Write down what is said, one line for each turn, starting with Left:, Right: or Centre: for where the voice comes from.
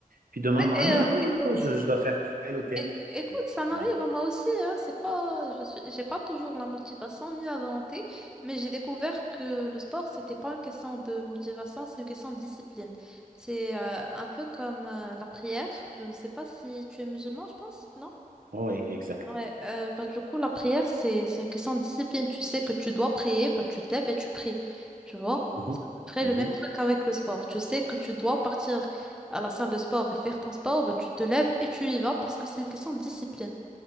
Right: Puis demain,
Centre: Ouais,
Right: bah, ah
Centre: et,
Right: non,
Centre: euh,
Right: non, non,
Centre: écoute.
Right: non, non, je, je dois faire tel ou tel.
Centre: É- Écoute, ça m'arrive
Right: Voilà.
Centre: à moi aussi, hein. C'est pas, je suis, j'ai pas toujours la motivation ni la volonté, mais j'ai découvert que le sport, c'était pas une question de motivation, c'est une question de discipline. C'est euh, un peu comme euh, la prière. Je sais pas si tu es musulman, je pense, non?
Right: Oui, exact.
Centre: Ouais, euh, bah, du coup, la prière, c'est, c'est une question de discipline. Tu sais que tu dois prier, bah, tu te lèves et tu pries. Tu vois?
Right: Mhm,
Centre: C'est à peu près
Right: mhm.
Centre: le même truc avec le sport. Tu sais que tu dois partir à la salle de sport et faire ton sport, bah, tu te lèves et tu y vas parce que c'est une question de discipline